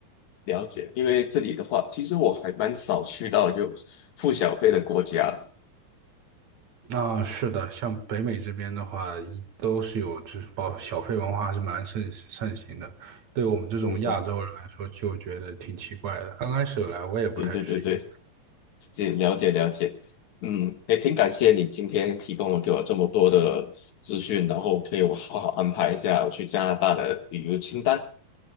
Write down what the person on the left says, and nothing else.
了解。因为这里的话，其实我还蛮少去到有付小费的国家的。
嗯嗯，
对对对对。是了解了解，嗯，也挺感谢你今天提供了给我这么多的资讯，然后可以我好好安排一下我去加拿大的旅游清单 <laughs>。